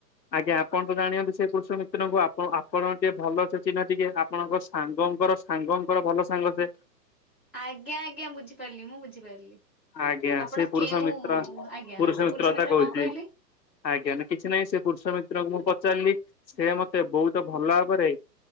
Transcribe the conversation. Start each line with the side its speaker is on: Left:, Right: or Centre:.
Left: ଆଜ୍ଞା ଆପଣ ତ ଜାଣନ୍ତି ସେ ପୁରୁଷ ମିତ୍ରଙ୍କୁ ଆପଣ ଆପଣଙ୍କ ଟିକେ ଭଲ ସେ ଚିହ୍ନ ଟିକେ ଆପଣଙ୍କ ସାଙ୍ଗ ଙ୍କର ସାଙ୍ଗଙ୍କର ଭଲ ସାଙ୍ଗ ସେ।
Centre: ଆଜ୍ଞା ଆଜ୍ଞା ବୁଝିପାରିଲି ମୁଁ ବୁଝିପାରିଲି।
Left: ଆଜ୍ଞା
Centre: ଆପଣ
Left: ସେ ପୁରୁଷ
Centre: କେଉଁ
Left: ମିତ୍ର
Centre: ଆଜ୍ଞା
Left: ପୁରୁଷ
Centre: ହଁ ସେ
Left: ମିତ୍ର କଥା ମୁଁ କୋହୁଚି।
Centre: କଣ କହିଲେ?
Left: ଆଜ୍ଞା ନ କିଛି ନାହିଁ ସେ ପୁରୁଷ ମିତ୍ରଙ୍କୁ ମୁଁ ପଚାରିଲି ସେ ମତେ ବୋହୁତ ଭଲ ଭାବରେ